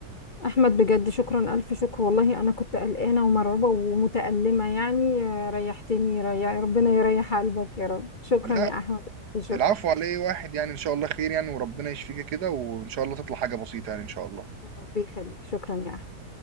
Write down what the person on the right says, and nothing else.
لأ،
العفو على إيه، واحد يعني إن شاء الله خير يعني وربنا يشفيكِ كده وإن شاء الله تطلع حاجة بسيطة يعني إن شاء الله.